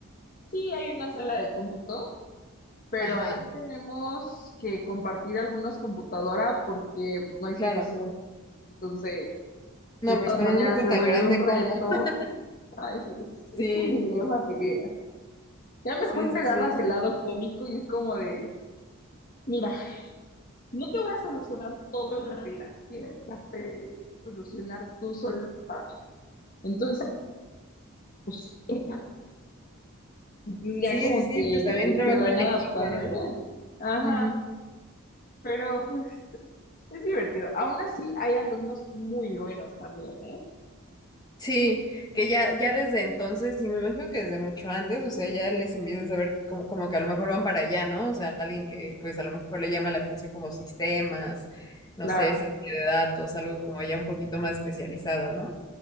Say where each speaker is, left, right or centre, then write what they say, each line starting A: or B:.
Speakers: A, on the left; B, on the left.
A: Sí, hay una sala de cómputo, pero
B: Ajá,
A: ahí tenemos que compartir algunos computadoras porque pues no hay
B: claro.
A: suficiente. Entonces,
B: No,
A: de
B: pues
A: todas
B: con
A: maneras
B: un grupo
A: se
B: tan
A: vuelve
B: grande
A: un reto.
B: como. <laughs>
A: Ay, sí, es, es
B: Sí,
A: un dilema que vieras. Ya mejor
B: sí,
A: te
B: sí,
A: agarras
B: sí.
A: el lado cómico y es como de, mira, no te voy a solucionar todo en la vida. Tienes que aprender solucionar tú solo también. Entonces, pues, échale. Entonces
B: Sí,
A: ya como
B: sí,
A: que
B: sí, pues también trabajo
A: se van
B: en
A: adaptando
B: equipo, ¿no?
A: ya. Ajá,
B: Ujú.
A: pero pues Es divertido. Aún así, hay alumnos muy buenos también, ¿eh?
B: Sí, que ya, ya desde entonces, y me imagino que desde mucho antes, o sea, ya les empiezas a ver como, como que a lo mejor van para allá, ¿no? O sea, alguien que pues a lo mejor le llama la atención como sistemas, no
A: Claro.
B: sé, ciencia de datos, algo como ya un poquito más especializado, ¿no?